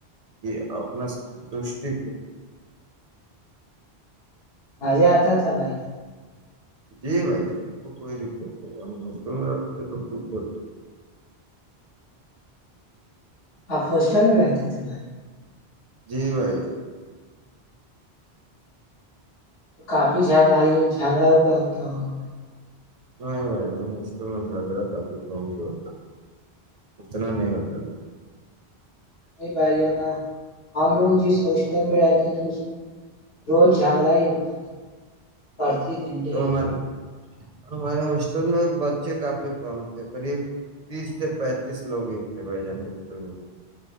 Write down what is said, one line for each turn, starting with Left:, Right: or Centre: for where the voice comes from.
Right: کی اپنا ستش کی
Left: مجا آتا تھا بھائی
Right: جی بائی ج کو کر م سبودور
Left: آپ ہوسٹل میں رہتے تھے بھائی
Right: جی بھائی
Left: تو کافی جھگڑا جھگڑا اگڑا ہوتا ہوگا بھائی
Right: نہیں بھائی ہم اسکول میں جھاگڑا کافی کم ہی ہوتا تھا اتنا نہیں ہوتا تھا
Left: نہیں بھائی ہے نا ہم لوگ جس بس اسٹڈ میں رہتے ہیں تو اس میں روز جھگڑا ہی ہوتا تھا ت دنڈلی
Right: تو ہمارا ہمارے ہاسٹل میں بچے کافی کم تھے قریب تیس سے پینتیس لوگ ہی تھے بھائی جان ہاسٹل میں